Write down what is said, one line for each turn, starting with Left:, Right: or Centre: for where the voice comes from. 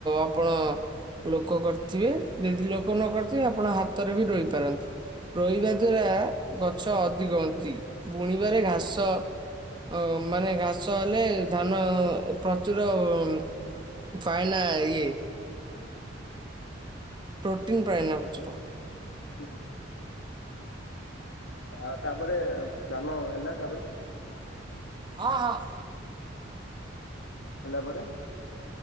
Right: ଆପଣ। ଲୋକ କରିଥିବେ ଯଦି ଲୋକ ନ କରିଥିବେ ଆପଣ ହାତରେ ବି ରୋଇ ପାରନ୍ତି। ରୋଇ ବା ଦ୍ଵାରା ଗଛ ଅଧିକ ହୁଅନ୍ତି ବୁଣିବାରେ ଘାସ। ଅ ମାନେ ଘାସ ହେଲେ ଧାନ ପ୍ରଚୁର ଉଁ। ପାଏନା ଇଏ। ପ୍ରୋଟିନ୍ ପାଏନା ପ୍ରଚୁର।
Left: ହୁଁ। ଆଉ ତାପରେ ଧାନ ହେଲା ତାପରେ।
Right: ହଁ ହଁ।
Left: ହେଲା ପରେ।